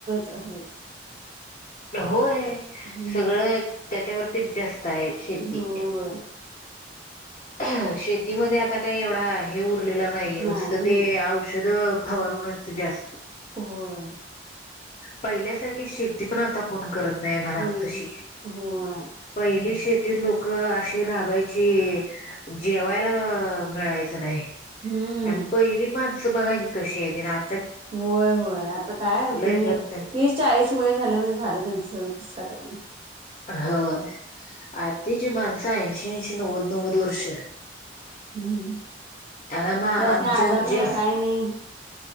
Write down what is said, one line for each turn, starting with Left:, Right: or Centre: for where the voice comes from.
Right: आहेत.
Left: होय
Right: हम्म
Left: सगळं त्याच्यावरतीच जास्त हाय शेती
Right: होय
Left: ह शेत तीमध्ये आता काय येवढा हे उरलेलं नाहीय
Right: नाही
Left: नुसतं
Right: नाही
Left: ते औषद फवारूनच जास्त
Right: होय
Left: पहिल्यासारखी शेती पण आता कोण करत नाहीय म्हणाव
Right: नाही
Left: तशी
Right: नाही होय
Left: पहिली शेतक ते लोक अआशी राबायची जेवायला मअ मिळायचं न्हाइ
Right: हम्म
Left: आण पहिली माणसं बगा की कशी हायती राण
Right: होय होय आता काय होत
Left: लय
Right: नाही
Left: फरक
Right: की तीस चाळीस वय झालं म्हणजे झालं त्यांचं. घटक <unintelligible>
Left: हो आरतीचा माण साईज तीनशे नव्वद नव्वद वर्ष
Right: हम्म.
Left: आ म आमच्या
Right: त्यासनी आजार
Left: आजी
Right: नाही काय नाही